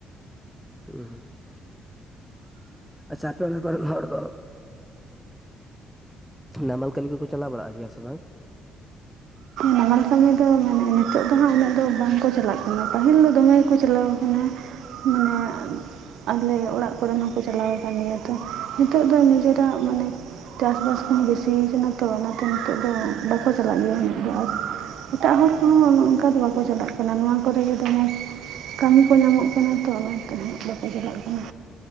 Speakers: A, in the centre; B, on the right (about 80°).
A: ᱦᱩᱸ ᱟᱪᱪᱷᱟ ᱟᱯᱮ ᱚᱱᱟ ᱠᱚᱨᱮᱱ ᱦᱚᱲ ᱫᱚ ᱱᱟᱢᱟᱞ ᱠᱟᱹᱢᱤ ᱠᱚᱠᱚ ᱪᱟᱞᱟᱣ ᱵᱟᱲᱟᱜ ᱜᱮᱭᱟ ᱥᱮ ᱵᱟᱝ
B: ᱱᱟᱢᱟᱞ ᱠᱟᱹᱢᱤ ᱫᱚ ᱢᱟᱱᱮ ᱱᱤᱛᱚᱜ ᱫᱚ ᱦᱟᱸᱜ ᱩᱱᱟᱹᱜ ᱫᱚ ᱵᱟᱝᱠᱚ ᱪᱟᱞᱟᱜ ᱠᱟᱱᱟ ᱯᱟᱹᱦᱤᱞ ᱫᱚ ᱫᱚᱢᱮ ᱜᱮᱠᱚ ᱪᱟᱞᱟᱣ ᱠᱟᱱᱟ ᱢᱟᱱᱮ ᱟᱞᱮ ᱚᱲᱟᱜ ᱠᱚᱨᱮᱱ ᱦᱚᱸᱠᱚ ᱪᱟᱞᱟᱣ ᱟᱠᱟᱱ ᱜᱮᱭᱟ ᱛᱚ ᱱᱤᱛᱚᱜ ᱫᱚ ᱱᱤᱡᱮᱨᱟᱜ ᱢᱟᱱᱮ ᱪᱟᱥᱼᱵᱟᱥ ᱠᱚᱦᱚᱸ ᱵᱤᱥᱤᱭ ᱠᱟᱱᱟ ᱛᱚ ᱚᱱᱟᱛᱮ ᱱᱤᱛᱚᱜ ᱫᱚ ᱵᱟᱠᱚ ᱪᱟᱞᱟᱜ ᱜᱮᱭᱟ ᱩᱱᱟᱹᱜ ᱫᱚ ᱟᱨᱺ ᱮᱴᱟᱜ ᱦᱚᱲ ᱠᱚᱦᱚᱸ ᱚᱱᱠᱟ ᱫᱚ ᱵᱟᱠᱚ ᱪᱟᱞᱟᱜ ᱠᱟᱱᱟ ᱱᱚᱣᱟ ᱠᱚᱨᱮᱜᱮ ᱫᱚᱢᱮ᱾ ᱠᱟᱹᱢᱤ ᱠᱚ ᱧᱟᱢᱚᱜ ᱠᱟᱱᱟ ᱛᱚ ᱚᱱᱟᱛᱮ ᱦᱟᱸᱜ ᱵᱟᱠᱚ ᱪᱟᱞᱟᱜ ᱠᱟᱱᱟ᱾